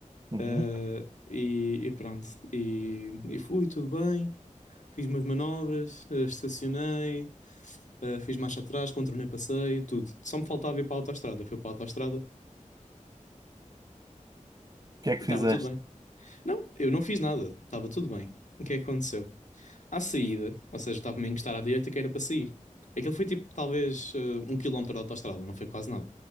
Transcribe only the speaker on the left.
Ah,
e, e pronto. E, e fui, tudo bem. Fiz umas manobras, ah, estacionei, ah, fiz marcha atrás, contornei passeio, tudo. Só me faltava ir para a autoestrada. Fui para a autoestrada
e estava
tudo bem. Não, eu não fiz nada. Estava tudo bem. O que é que aconteceu? À saída, ou seja, estava-me a encostar à direita que era para sair. Aquilo foi tipo talvez ah, um quilómetro da autoestrada, não foi quase nada.